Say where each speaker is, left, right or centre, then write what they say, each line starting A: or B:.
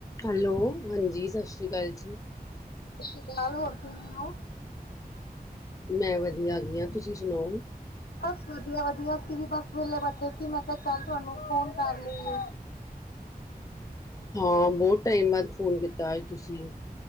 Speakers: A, on the left (about 20°); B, on the left (about 80°).
A: Hello, ਹਾਂਜੀ, ਸਤਿ ਸ਼੍ਰੀ ਅਕਾਲ ਜੀ।
B: ਸਤਿ ਸ਼੍ਰੀ ਅਕਾਲ ਹੋਰ ਕਿਵੇਂ ਹੋ?
A: ਮੈਂ ਵਧੀਆ ਹੈਗੀ ਆ ਹਾਂ ਤੁਸੀਂ ਸੁਣਾਓ?
B: ਬਸ ਵਧੀਆ ਵਧੀਆ ਸੀ ਵੀ ਬਸ ਵਿਹਲੇ ਬੈਠੇ ਸੀ ਮੈਂ ਕਿਹਾ ਚੱਲ ਤੁਹਾਨੂੰ ਫੋਨ ਕਰ ਲਈਏ।
A: ਹਾਂ, ਬਹੁਤ ਟਾਈਮ ਬਾਅਦ ਫੋਨ ਕੀਤਾ ਅਜ ਤੁਸੀਂ।